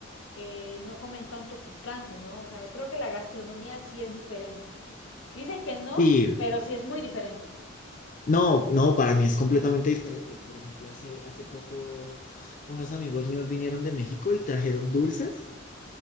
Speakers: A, on the left (about 75°); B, on the left (about 40°).
A: eh, no comen tanto picante, ¿no? O sea, creo que la gastronomía sí es diferente. Dicen que no,
B: Y
A: pero sí es muy diferente.
B: no, no, para mí es completamente diferente. Por ejemplo, hace, hace poco unos amigos míos vinieron de México y trajeron dulces.